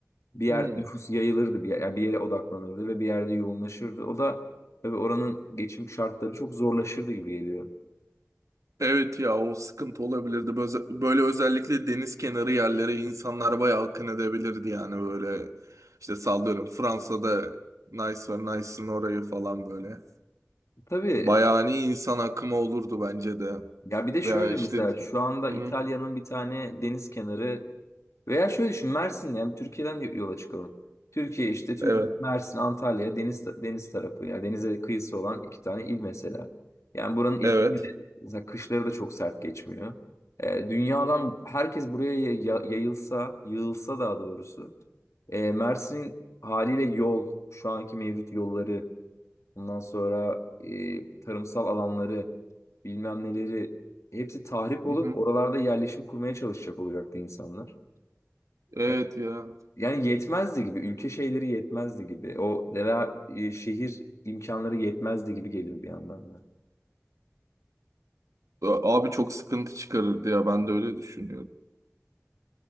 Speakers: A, on the left; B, on the right.
A: bir yer
B: Hmm,
A: nüfus yayılırdı bir yer, yani bir yere odaklanırdı ve bir yerde yoğunlaşırdı. O da tabii oranın geçim şartları çok zorlaşırdı gibi geliyor.
B: Evet ya o sıkıntı olabilirdi. Böyle, böyle özellikle deniz kenarı yerlere insanlar bayağı akın edebilirdi yani böyle. İşte sallıyorum Fransa'da Nice var, Nice'ın orayı falan böyle.
A: Tabii
B: Bayağı hani insan akımı olurdu bence de.
A: Ya bir de şöyle
B: Veya işte
A: mesela şu anda
B: hı,
A: İtalya'nın bir tane deniz kenarı veya şöyle düşün Mersin yani Türkiye'den y- yola çıkalım. Türkiye işte Türkiye,
B: evet
A: Mersin, Antalya deniz ta- deniz tarafı yani denize kıyısı olan iki tane il mesela. Yani buranın iklimi
B: evet.
A: de mesela kışları da çok sert geçmiyor. Ee, dünyadan
B: Hı hı.
A: herkes buraya ya- ya- yayılsa, yığılsa daha doğrusu. Ee, Mersin'in haliyle yol, şu anki mevcut yolları Ondan sonra e, tarımsal alanları, bilmem neleri hepsi tahrip olup
B: Hı hı.
A: oralarda yerleşim kurmaya çalışacak olacaktı insanlar.
B: Evet
A: E,
B: ya.
A: Yani yetmezdi gibi, ülke şeyleri yetmezdi gibi, o veya e, şehir imkanları yetmezdi gibi geliyor bir yandan da.
B: Abi çok sıkıntı çıkarırdı ya ben de öyle düşünüyorum.